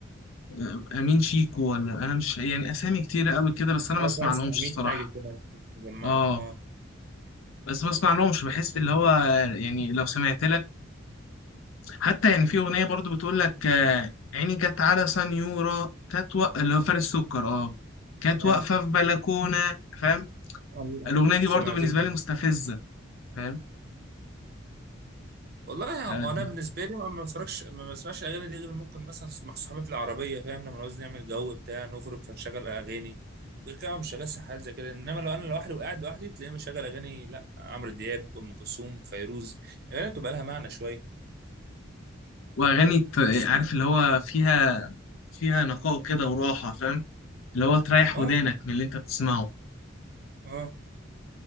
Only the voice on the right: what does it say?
اه
اسمع
مين
حاجه كمان كنت مجمع
له اه
ايوه
الله
سمعت
له
والله هو
انا بالنسبه لي ما بتفرجش ما بسمعش الاغاني دي غير ممكن مثلا مع صحابي في العربيه فاهم لما عاوز نعمل جو بتاع نخرج فنشغل اغاني غير كده مش شغال حاجات زي كده انما لو انا لوحدي وقاعد لوحدي بتلاقيني بشغل اغاني لا عمرو دياب ام كلثوم فيروز الاغاني بتبقى لها معنى شويه
بس
اه
اه